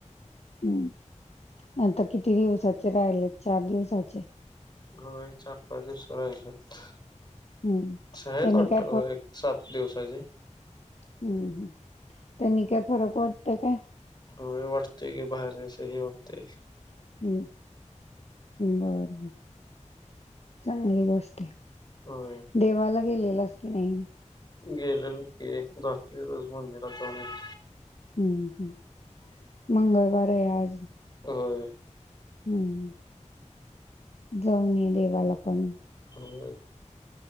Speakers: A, on the left (about 55°); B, on the left (about 35°).
A: हम्म आता किती दिवसाचे राहिले चार दिवसाचे?
B: हो चार पाच दिवसाचे राहिलेत.
A: हं
B: आहेत
A: त्यांनी
B: वाटत
A: काय
B: एक सात दिवसाचे.
A: हम्म ह त्यांनी काय फरक वाटतोय का?
B: होय वाटते गी बाहेरसही वाटते.
A: हम्म बर बर चग चांगली गोष्ट आहे
B: होय.
A: देवाला गेलेलाच कि नाही?
B: गेलेलो की दसवी रोज म मरा जाऊन य.
A: हं, हं. मंगळवार आहे आज.
B: होय
A: हम्म जाऊन ये देवाला पण.
B: हो